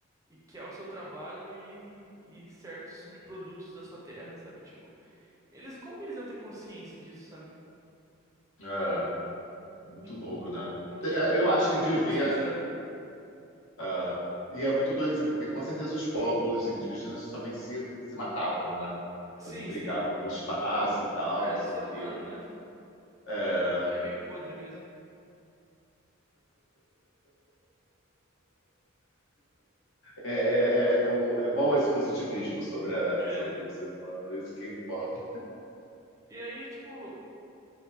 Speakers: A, on the right; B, on the left.
A: e quer o seu trabalho e, e certos subprodutos da sua terra, sabe? Tipo, eles, como que eles iam ter consciência disso, sabe?
B: é, muito
A: Tipo,
B: louco, né?
A: do que,
B: É,
A: do que
B: Eu acho
A: tava
B: que devia
A: pra acontecer, sabe?
B: Ah, e é muito doido, assim, porque com certeza os povos indígenas também se, se matavam, né?
A: Sim,
B: Também brigavam
A: sim.
B: por espaço e tal,
A: Ah,
B: não
A: é
B: sei
A: do ser
B: o
A: humano,
B: quê.
A: né?
B: É,
A: A gente é meio podre mesmo.
B: é, é, é, é o- é bom esse positivismo sobre, a-
A: É.
B: sobre o ser humano, é isso que importa.
A: E aí, tipo,